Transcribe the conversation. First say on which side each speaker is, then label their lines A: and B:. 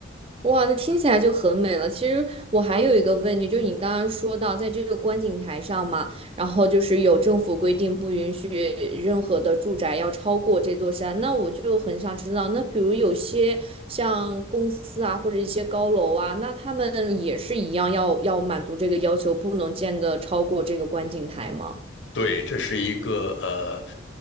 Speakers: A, on the right; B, on the left.
A: 哇，那听起来就很美了。其实我还有一个问题，就是你刚刚说到，在这个观景台上嘛，然后就是有政府规定不允许任何的住宅要超过这座山，那我就很想知道，那比如有些像公司啊，或者一些高楼啊，那他们也是一样要要满足这个要求，不能建的超过这个观景台吗？
B: 对，这是一个呃，